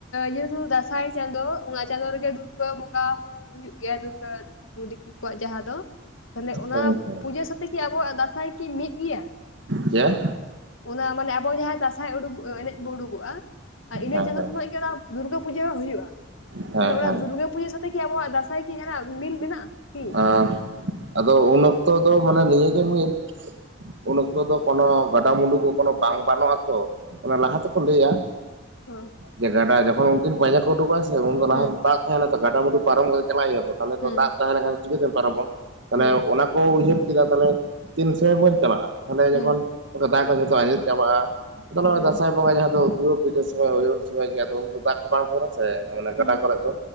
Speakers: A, on the left; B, on the right.
A: ᱡᱮᱦᱮᱛᱩ ᱫᱟᱸᱥᱟᱭ ᱪᱟᱸᱫ ᱚᱱᱟ ᱪᱟᱸᱫᱳ ᱨᱮᱜᱮ ᱫᱩᱨᱜᱟᱹ ᱵᱚᱸᱜᱟ ᱦᱚᱸ ᱦᱩᱭᱩᱜ ᱜᱮᱭᱟ ᱫᱤᱠᱩ ᱠᱚᱣᱟᱜ ᱡᱟᱦᱟᱸ ᱛᱟᱦᱞᱮ ᱚᱱᱟ
B: ᱦᱳᱭ ᱦᱳᱭ
A: ᱯᱩᱡᱟᱹ ᱥᱟᱛᱮ ᱠᱤ ᱟᱵᱚᱣᱟᱜ ᱫᱟᱸᱥᱟᱭ ᱠᱤ ᱢᱤᱫ ᱜᱮᱭᱟ
B: ᱪᱮᱫ?
A: ᱚᱱᱟ ᱢᱟᱱᱮ ᱟᱵᱚ ᱡᱟᱦᱟᱸ ᱫᱟᱸᱭ ᱩᱰᱩ ᱮᱱᱮᱡ ᱵᱚᱱ ᱩᱰᱩᱠᱚᱜᱼᱟ ᱟᱨ ᱤᱱᱟᱹ
B: ᱦᱮᱸ
A: ᱪᱟᱸᱫᱳ
B: ᱦᱮᱸ
A: ᱥᱚᱢᱚᱭ ᱜᱮ ᱚᱱᱟ ᱫᱩᱨᱜᱟᱹ ᱯᱩᱡᱟᱹ ᱦᱚᱸ ᱦᱩᱭᱩᱜᱼᱟ
B: ᱦᱮᱸ
A: ᱛᱟᱦᱞᱮ ᱚᱱᱟ
B: ᱦᱮᱸ
A: ᱫᱩᱨᱜᱟᱹ ᱯᱩᱡᱟᱹ ᱥᱟᱛᱮ ᱠᱤ ᱟᱵᱚᱣᱟᱜ ᱫᱟᱸᱥᱟᱭ ᱠᱤ ᱡᱟᱦᱟᱸᱱᱟᱜ ᱢᱤᱞ ᱢᱮᱱᱟᱜᱼᱟ ᱠᱤ
B: ᱟᱨ ᱟᱫᱚ
A: ᱦᱚᱸ
B: ᱩᱱ ᱚᱠᱛᱚ ᱫᱚ ᱢᱟᱱᱮ ᱱᱤᱭᱟᱹᱜᱮ ᱢᱤᱫ ᱩᱱ ᱚᱠᱛᱚ ᱫᱚ ᱠᱚᱱᱚ ᱜᱟᱰᱟ ᱢᱩᱰᱩᱜ ᱠᱚᱱᱚ ᱵᱟᱝ ᱵᱟᱱᱚᱜᱼᱟ ᱛᱚ ᱚᱱᱟ ᱞᱟᱦᱟ ᱛᱮᱠᱚ ᱞᱟᱹᱭᱟ
A: ᱦᱚᱸ
B: ᱡᱮ ᱜᱟᱰᱟ ᱡᱚᱠᱷᱚᱱ ᱩᱱᱠᱤᱱ ᱯᱟᱸᱡᱟ ᱠᱚ ᱩᱰᱩᱠᱚᱜᱼᱟ ᱥᱮ ᱩᱱ ᱫᱚ ᱞᱟᱦᱟ
A: ᱦᱚᱸ
B: ᱫᱟᱜ ᱛᱟᱦᱮᱱᱟ ᱛᱚ ᱜᱟᱰᱟ ᱢᱩᱩ ᱯᱟᱨᱚᱢ ᱠᱟᱛᱮᱟᱞᱟᱜ ᱦᱩᱭᱩᱜᱼᱟ, ᱛᱚᱦᱚᱞᱮ
A: ᱦᱩᱸ
B: ᱫᱚ ᱫᱟᱜ ᱛᱟᱦᱮᱸ ᱞᱮᱱᱠᱷᱟᱱ ᱪᱤᱠᱟᱹᱛᱮᱢ ᱯᱟᱨᱚᱢᱟ? ᱛᱟᱦᱚᱞᱮ
A: ᱦᱩᱸ
B: ᱚᱱᱟ ᱠᱚ ᱩᱭᱦᱟᱹᱨ ᱠᱮᱫᱟ ᱛᱟᱦᱞᱮ ᱛᱤᱱᱥᱮ ᱵᱟᱹᱧ ᱪᱟᱞᱟᱜ-ᱟ᱾ ᱛᱟᱦᱚᱞᱮ
A: ᱦᱩᱸ
B: ᱡᱚᱠᱷᱚᱱ ᱫᱟᱜ ᱠᱚ ᱡᱷᱚᱛᱚ ᱟᱸᱡᱮᱫ ᱪᱟᱵᱟᱜ-ᱟ ᱛᱚ ᱱᱟ
A: ᱦᱩᱸ ᱦᱩᱸ
B: ᱫᱟᱸᱥᱟᱭ ᱵᱚᱸᱜᱟ ᱡᱟᱦᱟᱸ ᱫᱚ ᱫᱩᱨᱜᱟᱹ ᱯᱩᱡᱟᱹ ᱥᱚᱢᱚᱭ ᱦᱩᱭ ᱩᱱ ᱥᱚᱢᱚᱭ ᱜᱮ ᱟᱫᱚ ᱩᱱ ᱫᱚ ᱫᱟᱜ ᱠᱚ ᱵᱟᱝ ᱛᱟᱦᱮᱸᱱᱟ ᱥᱮ ᱜᱟᱰᱟ
A: ᱦᱩᱸ
B: ᱠᱚᱨᱮᱜ ᱫᱚ